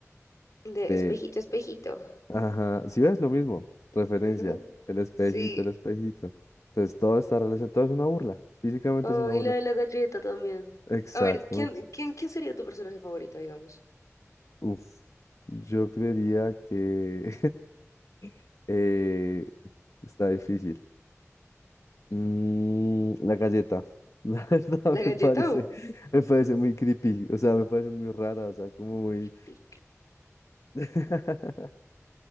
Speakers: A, on the left; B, on the left.
A: De
B: de,
A: espejito, espejito.
B: Ajá, si ves lo mismo, referencia,
A: Ajá,
B: el espejito,
A: Sí.
B: el espejito. Entonces todo está relacionado, todo es una burla, físicamente
A: Oh,
B: es una
A: y
B: burla.
A: la de la galleta también.
B: Exactamente.
A: A ver, ¿quién, quién, quién sería tu personaje favorito, digamos?
B: Uf, yo creería que <laughs> eh, está difícil. Mm, la galleta, <laughs> la verdad
A: ¿La galleta
B: me parece,
A: o
B: me parece muy creepy, o sea, me parece muy rara, o sea, como muy...
A: Piccolo?
B: <laughs>